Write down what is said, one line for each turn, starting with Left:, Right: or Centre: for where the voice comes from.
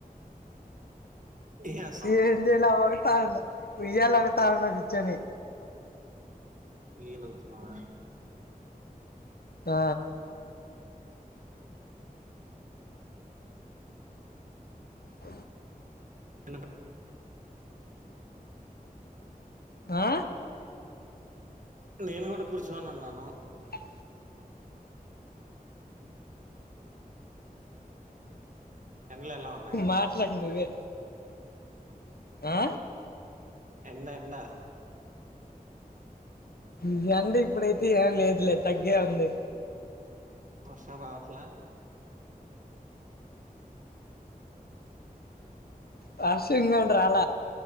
Right: ఏం చేస్తున్నావ్
Left: ఏం జేయాలా ఊగుతాండ్ ఉయ్యాల ఊగుతాండు కూర్చొని
Right: ఈనుగుతున్నావా
Left: ఆ అ
Right: ఇనుప్
Left: ఆ
Right: నేను కూడా కూర్చొని ఉన్నాను
Left: ఆ
Right: ఎండలు ఎలా ఉన్నాయి అక్కడ
Left: మాట్లాడు నువ్వే ఆ
Right: ఎన్న ఎన్న
Left: ఎండ అంట ఇప్పుడైతే ఏం లేదు లేదు తగ్గే ఉంది
Right: వర్షం రావట్లా
Left: వర్షం రల